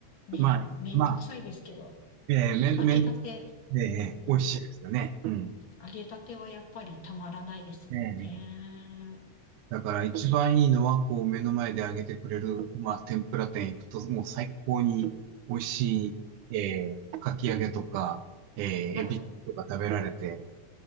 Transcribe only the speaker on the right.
まあ、
まあ、えー、めん、
めん、えー、
美味しいですよね。うん。
ええだから一番いいのは、こう目の前で揚げてくれる、まあ、天ぷら店行くと、もう最高に美味しい、えー、かき揚げとか、えー、エビとか食べられて、